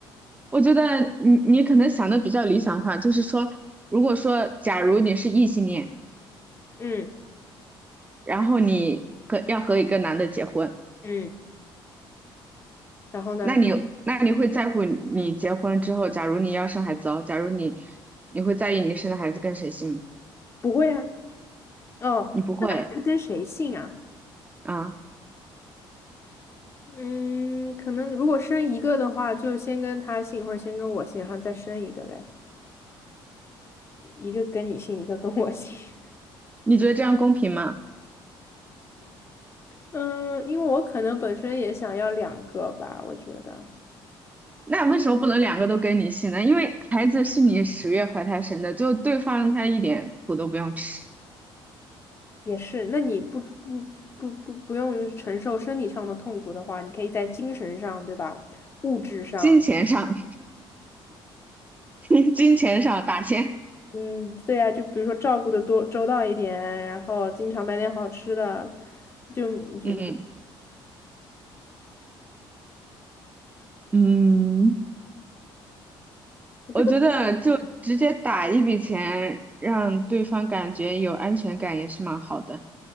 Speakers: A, on the right (about 15°); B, on the left (about 25°).
A: 我觉得你你可能想的比较理想化，就是说，如果说假如你是异性恋。
B: 嗯
A: 然后你和要和一个男的结婚，
B: 嗯，然后呢？
A: 那你嗯那你会在乎你结婚之后，假如你要生孩子哦，假如你你会在意你生的孩子跟谁姓吗？
B: 不会啊，哦，
A: 你不会
B: 是跟谁姓啊？
A: 啊？
B: 嗯，可能如果生一个的话，就先跟他姓，或者先跟我姓，然后再生一个呗，一个跟你姓，一个跟我姓。<laughs>
A: 你觉得这样公平吗？
B: 嗯，因为我可能本身也想要两个吧，我觉得。
A: 那为什么不能两个都跟你姓呢？因为孩子是你十月怀胎生的，就对方他一点苦都不用吃，
B: 也是，那你不不不不不用承受生理上的痛苦的话，你可以在精神上，对吧？物质上，
A: 金钱上 <laughs> 金钱上打钱，
B: 嗯，对呀，就比如说照顾的多周到一点，然后经常买点好吃的，就就
A: 嗯嗯，
B: 我觉得，
A: 我觉得就直接打一笔钱，让对方感觉有安全感也是蛮好的。